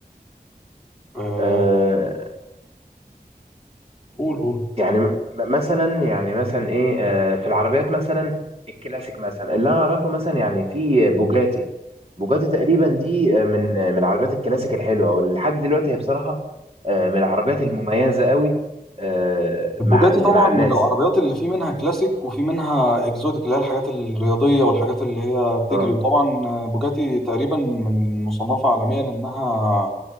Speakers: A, in the centre; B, on the right.
A: أه
B: مم.
A: قول قول
B: يعني م- مثلا يعني مثلا ايه آه، في العربيات مثلا الكلاسيك مثلا اللي أنا اعرفه مثلا يعني في بوجاتي بوجاتي تقريبا دي آه، من آه، من العربيات الكلاسيك الحلوه ولحد دلوقتي هي بصراحه آه، من العربيات المميزه قوي آه،
A: البوجاتي
B: مع اللي
A: طبعا
B: مع الناس
A: من العربيات اللي في منها كلاسيك وفي منها اكزوتيك اللي هي الحاجات الرياضيه والحاجات اللي هي بتجري
B: اه
A: وطبعا بوجاتي تقريبا من مصنفه عالميا انها